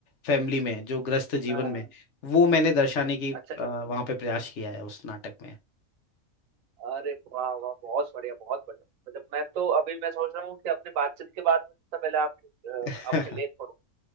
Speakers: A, on the left; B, on the right.
A: फैमिली में जो ग्रस्त जीवन
B: हाँ हाँ, हाँ।
A: में वो मैंने दर्शाने की
B: अच्छा अच्छा
A: वहां पे प्रयास किया है उस नाटक में
B: अरे वाह वाह बहुत बढ़िया बहुत बढ़िया मतलब मैं तो अभी मैं सोच रहा हूँ कि अपने बातचीत के बाद सबसे पहले आपके अ,
A: <laughs>
B: आपके लेख पढ़ूं